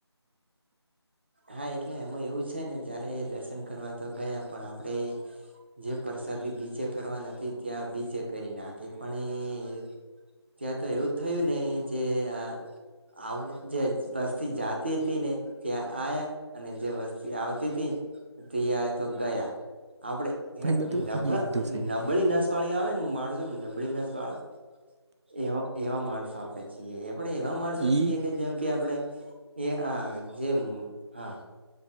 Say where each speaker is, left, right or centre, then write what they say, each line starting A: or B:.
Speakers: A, on the right; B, on the right.
A: હા એટલે અમાં એવું છે ને જયારે એ દર્શન કરવા તો ગયા પણ આપડે જે પ્રસાદી બીજે કરવા ન ત્યાં બીજે કરી નાખે પણ એ ત્યાં તો એવું થયું ને જે આ આવું જે વસ્તી જાતી હતી ને ત્યાં આયા અને જે વસ્તી આવતી હતી ત્યાં તો ગયા આપડે એ
B: બધું
A: નબળા
B: ઊંધો થઈ ગયો.
A: નબળી ન <unintelligible> આવે ને માણસો નબળી નસ વાળા એવા એવા માણસો આપડે છીએ આપણેે એવા માણસો
B: ઈ
A: છીએ કે જેમ કે આપણે એ આ જે હા.